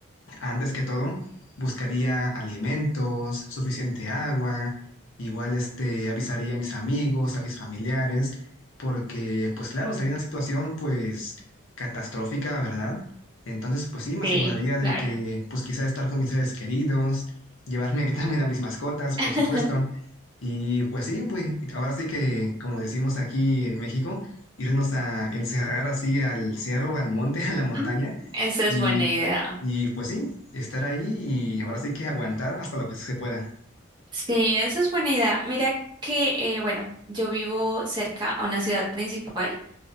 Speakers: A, on the left; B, on the right.
A: antes que todo, buscaría alimentos, suficiente agua, igual este, avisaría a mis amigos, a mis familiares, porque pues claro, sería una situación pues catastrófica, ¿verdad? Entonces pues sí, me
B: Sí,
A: aseguraría de
B: claro.
A: que pues quizá estar con mis seres queridos, llevarme <laughs> también a mis mascotas, por
B: <laughs>
A: supuesto, y pues sí, pues ahora sí que como decimos aquí en México, irnos a encerrar así al cerro, al monte, <laughs> a la montaña
B: Mm, Esa
A: y,
B: es buena idea.
A: y pues sí, estar ahí y ahora sí que aguantar hasta lo que se pueda.
B: Sí, esa es buena idea. Mira que, eh, bueno, yo vivo cerca a una ciudad principal,